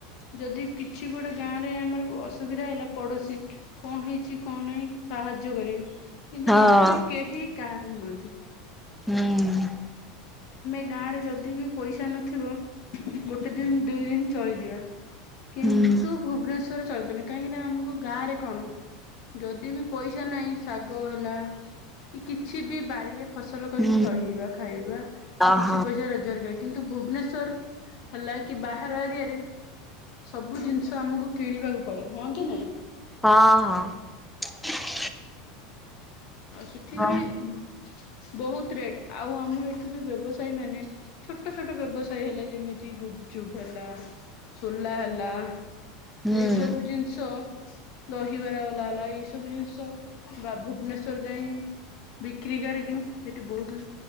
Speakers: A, on the left (about 60°); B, in the centre.
A: ଯଦି କିଛି ଗୋଟେ ଗାଁରେ ଆମର ଅସୁବିଧା ହେଲା ପଡୋଶୀ କଣ ହେଇଛି କଣ ନାହିଁ ସାହାଯ୍ୟ କରିବେ କିନ୍ତୁ
B: ହଁ।
A: ବାହାରେ କେହି କାହାରି ନୁହଁନ୍ତି।
B: ହୁଁ ମ୍ ମ୍। <inaudible>
A: ଗାଁରେ ଯଦି ବି ପଇସା ନଥିବ ଗୋଟେ ଦିନ ଦୁଇ ଦିନ ଚଳିଯିବା। କିନ୍ତୁ
B: ହୁଁ
A: ଭୁବନେଶ୍ଵରରେ ଚଳିପାରିବାନି କାହିଁକି ନା ଆମକୁ ଗାଁରେ କଣ ଯଦି ବି ପଇସା ନାହିଁ ଶାଗ ହେଲା କି କିଛି ବି ବାରିରେ ଫସଲ କରିକି
B: ହୁଁ
A: ଚଳିଯିବା ଖାଇବା କି
B: ଓହୋ
A: କିଛି ପଇସା ରୋଜଗାର କରି କିନ୍ତୁ ଭୁବନେଶ୍ଵର ହେଲା କି ବାହାର ଏରିଆରେ ସବୁ ଜିନିଷ ଆମକୁ କିଣିବାକୁ ପଡେ। ହଁ କି ନାଇଁ?
B: ହଁ ହଁ। <inaudible>
A: ଆଉ ସେଠି
B: ହଁ
A: ବି ବହୁତ ରେଟ ଆଉ ଆମ ଏଠୁବି ବ୍ୟବସାୟୀ ମାନେ ଛୋଟ ଛୋଟ ବ୍ୟବସାୟୀ ହେଲେ ଯେମିତି ଗୁ ପଚୁପ୍ ହେଲା ସୋଲା ହେଲା
B: ହୁଁ
A: ଏଇ ସବୁ ଜିନିଷ ଦହିବରା ବାଲା ହେଲା ଏଇସବୁ ଜିନିଷ ବା ଭୁବନେଶ୍ଵର ଯାଏଁ ବିକ୍ରି କରିକି ସେଠି ବହୁତ